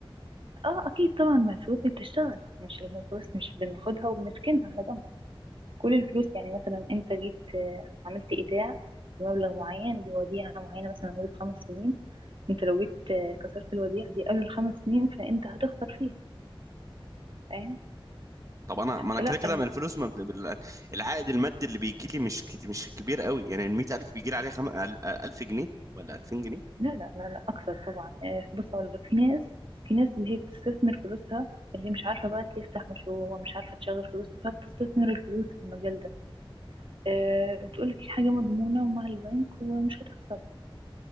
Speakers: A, on the right; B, on the right.
A: اه اكيد طبعا ما الفلوس دي بتشتغل مش الفلوس مش بناخدها وبنركنها على جنب كل الفلوس يعني مثلا انت جيت آه، عملت ايداع بمبلغ معين بوديعة معينة مثلا لمدة خمس سنين انت لو جيت آه، كسرت الوديعة دي قبل الخمس سنين فانت هتخسر فيها فاهم
B: طب انا ما انا
A: فلا
B: كده كده
A: الم...
B: من الفلوس ما بت- بال- العائد المادي اللي بيجي لي مش كت- مش كبير قوي يعني ال 100000 بيجي لي عليها خم... 1000 جنيه ولا 2000 جنيه
A: لا لا لا لا اكثر طبعا آه، بص اقول لك في ناس في ناس اللي هي بتستثمر فلوسها اللي هي مش عارفة بقى تفتح مشروع ومش عارفة تشغل فلوسها فبتستثمر الفلوس في المجال ده آه، بتقولك هي حاجة مضمونة ومع البنك ومش هتخسر